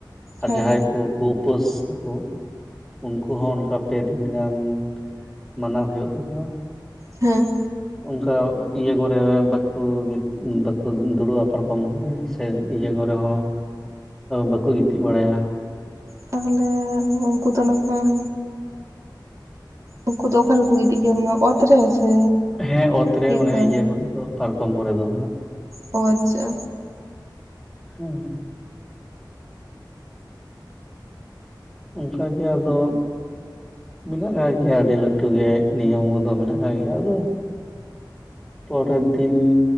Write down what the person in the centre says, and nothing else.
ᱟᱨ
ᱡᱟᱸᱦᱟᱭ ᱠᱚ ᱩᱯᱟᱹᱥᱟᱠᱚ ᱩᱱᱠᱩ ᱦᱚᱸ ᱚᱱᱠᱟ ᱯᱮᱹ ᱫᱤᱱ ᱜᱟᱱ ᱢᱟᱱᱟᱣ ᱦᱩᱭᱩᱜ ᱛᱟᱠᱚᱣᱟ
ᱚᱱᱠᱟ ᱤᱭᱟᱹ ᱠᱚᱨᱮ ᱵᱟᱠᱚ ᱵᱟᱠᱚ ᱫᱩᱲᱩᱵᱼᱟ ᱯᱟᱨᱠᱚᱢ ᱠᱚᱨᱮ ᱥᱮ ᱤᱭᱟᱹ ᱠᱚᱨᱮ ᱦᱚᱸ ᱵᱟᱠᱚ ᱜᱤᱛᱤᱡ ᱵᱟᱲᱟᱭᱟ
ᱦᱮᱸ ᱚᱛ ᱨᱮ
ᱢᱟᱱᱮ ᱤᱭᱟᱹ ᱠᱚᱨᱮ ᱫᱚ ᱯᱟᱨᱠᱚᱢ ᱠᱚᱨᱮ ᱫᱚ
ᱦᱮᱸ ᱚᱱᱠᱟᱜᱮ ᱟᱫᱚ ᱢᱮᱱᱟᱜ ᱟᱠᱟᱫ ᱜᱮᱭᱟ ᱟᱹᱰᱤ ᱞᱟᱹᱴᱩ ᱜᱮ ᱱᱤᱭᱚᱢ ᱠᱚᱫᱚ ᱢᱮᱱᱟᱜ ᱟᱠᱟᱫ ᱜᱮᱭᱟ ᱟᱫᱚ ᱯᱚᱨᱮᱨ ᱫᱤᱱ